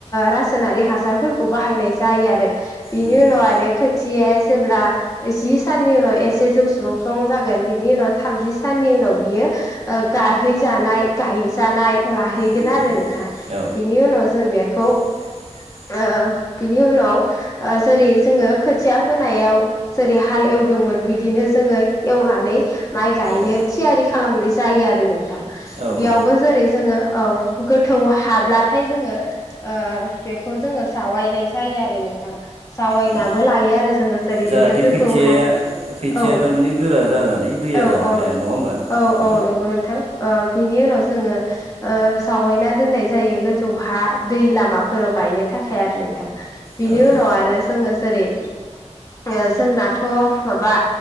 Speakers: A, on the left (about 25°); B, on the right (about 60°).
A: रासायनारि हासारफोरखौ बाहायनाय जायो आरो बिनि
B: उम
A: उनाव
B: उम
A: आरो खोथिया जेब्ला जि साननि उनाव एसे जौ स्लुंस्लं जागोन बिनि उनाव थामजि साननि उनाव बियो ओ गाहैजानाय गायजानाय हैगोन
B: उम
A: आरो
B: उम
A: नोंथां
B: औ
A: बिनि उनाव जों बेखौ
B: <inaudible>
A: बिनि उनाव जेरै जोङो खोथिया फोनायाव जेरै हाल एवदोंमोन बिदिनो जोङो एवनानै माइ गायनो
B: औ
A: थियारि खालामनाय जायो आरो नोंथां
B: आरो नोंथां।
A: बेयावबो
B: औ
A: जेरै जोङो औ गोथौ हाब्लाथाय जोङो आ बेखौ जोङो जावायनाय जायो आरो नोंथां जावायनाबो
B: उम
A: लायो आरो जोङो जेरै
B: जाहाथे
A: बियो गोथौहान
B: खैथियाया खैथिया
A: औ
B: थारमाने गोरा जानानै दैया
A: औ
B: जानो
A: औ
B: हाया नङा होमबा
A: औ
B: उम
A: औ नंगौ नोंथां। बिनि उनाव जोङो ओ सावयैना दोननाय जायो गोथौ हा दै लामाफोराव गायनो थाखाय आरो नोंथां। बिनि
B: औ
A: उनाव
B: औ
A: आरो जोङो जेरै ओ जोंनाथ' माबा